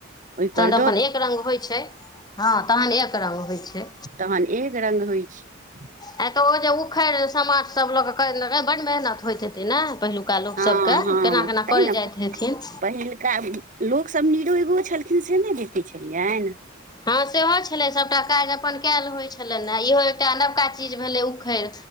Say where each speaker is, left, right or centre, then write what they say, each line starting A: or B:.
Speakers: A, on the right (about 40°); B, on the left (about 20°).
A: ओहि पर।
B: त अपन एक रङ्ग होइ छै हँ तहन एक रङ्ग होइ छै।
A: तहन एक रङंग होइ छै।
B: आ तऽ ओ जे उखड़ि समाज सब लोक बड्ड मेहनत होइत हेतै ने। पहिलुका लोकसभके
A: हँ हँ
B: केना केना
A: तै
B: करय
A: ने
B: जाइत हेथिन।
A: पहिलुका लोकसभ निरोगो छलखिन से नहि बतै छलियनि।
B: हँ सेहो छलै सभटा काज अपन कयल होइत छलनि ने इहो एकटा नवका चीज भेलै उखड़